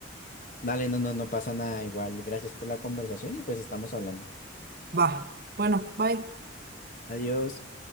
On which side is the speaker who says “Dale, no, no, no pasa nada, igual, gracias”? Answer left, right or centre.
Left